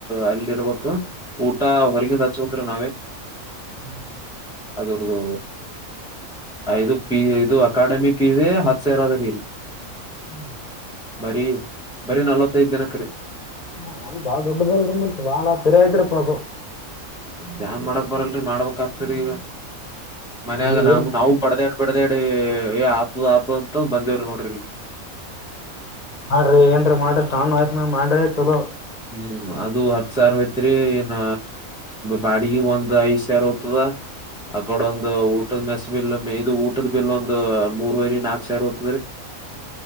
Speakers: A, in the centre; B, on the left.
A: ಅಲ್ಲಿ ಇರ್ಬೇಕ ಊಟ ಹೊರಗಿಂದ ಹಚ್ಬೇಕ್ರ ನಾವೇ
B: ಹ್ಮ್ ಹ್ಮ್
A: ಅಗರ್ದು ಐದು ಪಿ ಇದು ಅಕಾಡೆಮಿ ಪೀಸ ಹತ್ತು ಸಾವಿರ ಅದ ರೀ
B: ಹಾ
A: ಬರೀ ಬರೀ ನಲ್ವತ್ತೈದ್ ಜನಕ ರೀ
B: ಹ್ಮ ಅವ ಬಾಳ ದೊಡ್ಡದಲ್ರಿ ಮುಂಟ ಬಾಳ ಪಿರ ಐತ್್ರಿ ಪ್ರಾಬು
A: ಜಾನ್ ಮಾಡಕ್ ಬರಲ್ರರಿ ಮಾಡ್ಬೇಕಕ್ ಆಸ್ತರಿ ಈಗ ಮನ್ಯಾಗ
B: ಏನ್
A: ನಾ ನಾವು ಬಡ್ದ ಬಿಡ್ದಡಿ ಆಪು ಆಪು ಅಂತ ಬಂದವ್ರಿ ನೋಡ್ರಿ
B: ಅಂಡ್ರು ಏನ್ರಿ ಮಾಡ್ರಿ ಸಾವಣ್ಣ ವಯಸ್ಸಿನಾಗ ಮಾಡ್ರಿ ಚಲೋ
A: ಹ್ಮ್ ಅದು ಹತ್ ಸಾವಿ ಹಯ್ತ್ರಿ ಏನ ಬಾಡಿಗೆ ಒಂದ್ ಐದ್ ಸಾವಿರ ಹೋಗ್ತದ ಆ ಕಡ ಒಂದು ಊ ಊಟದ ಮೆಸ್ ಬಿಲ್ ಇದು ಊಟದ ಬಿಲ್ ಒಂದ ಮೂರ್ವರಿ ನಾಕ್ ಸಾವಿರ ಹೋಗ್ತದ್ರೀ